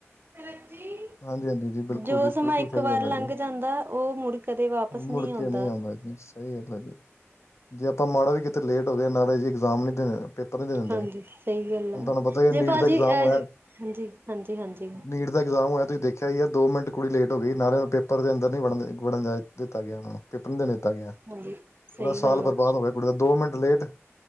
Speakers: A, on the right; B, on the left.
A: <inaudible>
B: ਹਾਂਜੀ ਹਾਂਜੀ ਜੀ ਬਿਲਕੁਲ
A: ਜੋ
B: ਜੀ
A: ਸਮਾਂ
B: ਬਿਲਕੁਲ
A: ਇੱਕ
B: ਸਹੀ
A: ਵਾਰ
B: ਗੱਲ ਹੈ
A: ਲੰਘ
B: ਜੀ।
A: ਜਾਂਦਾ, ਉਹ ਮੁੜ ਕਦੇ ਵਾਪਿਸ ਨੀ
B: ਮੁੜ ਕੇ
A: ਆਂਦਾ।
B: ਨਹੀਂ ਆਉਂਦਾ ਸਹੀ ਗੱਲ ਐ ਜੀ, ਜੇ ਆਪਾਂ ਮਾੜਾ ਵੀ ਕਿਤੇ ਲੇਟ ਹੋ ਗਏ ਨਾਲੇ ਜੀ ਇਗਜ਼ਾਮ ਨਹੀਂ ਦੇਣੇ। ਪੇਪਰ ਨਹੀਂ ਦੇਣ ਦਿੰਦੇ,
A: ਹਾਂਜੀ ਸਹੀ ਗੱਲ
B: ਹੁਣ
A: ਆ
B: ਤੁਹਾਨੂੰ ਪਤਾ ਈ ਏ
A: ਜੇ
B: ਨੀਟ
A: ਭਾਜੀ
B: ਦਾ ਇਗਜ਼ਾਮ
A: ਅ
B: ਹੋਇਆ
A: ਹਾਂਜੀ ਹਾਂਜੀ ਹਾਂਜੀ
B: ਨੀਟ ਦਾ ਇਗਜ਼ਾਮ ਹੋਇਆ ਤੁਸੀਂ ਦੇਖਿਆ ਈ ਐ ਦੋ ਮਿੰਟ ਕੁੜੀ ਲੇਟ ਹੋ ਗਈ, ਨਾਲੇ ਉਹਨੂੰ ਪੇਪਰ ਦੇ ਅੰਦਰ ਨਹੀਂ ਵ ਬਨ ਵੜਨ ਜਾ ਦਿੱਤਾ ਗਿਆ ਉਹਨਾਂ ਨੂੰ। ਪੇਪਰ ਨੀ ਦੇਣ ਦਿੱਤਾ ਗਿਆ,
A: ਹਾਂਜੀ
B: ਪੂਰਾ
A: ਸਹੀ
B: ਸਾਲ
A: ਗੱਲ
B: ਬਰਬਾਦ
A: ਹੈ
B: ਹੋ ਗਿਆ ਕੁੜੀ ਦਾ ਦੋ ਮਿੰਟ ਲੇਟ